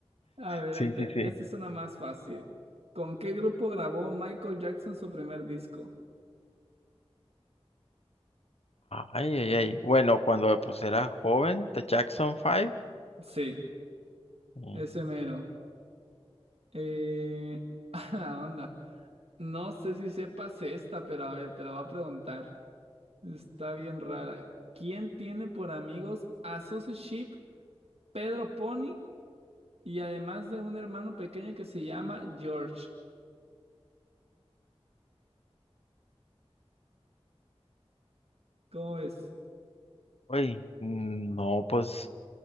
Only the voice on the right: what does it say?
A ver,
ahí te-
esta es una más fácil. ¿Con qué grupo grabó Michael Jackson su primer disco?
Sí,
ese mero. Eh... <laughs> A la onda. No sé si sepas esta, pero a ver, te la voy a preguntar. Está bien rara. ¿Quién tiene por amigos a Susie Sheep, Pedro Pony y además de un hermano pequeño que se llama George? ¿Cómo ves?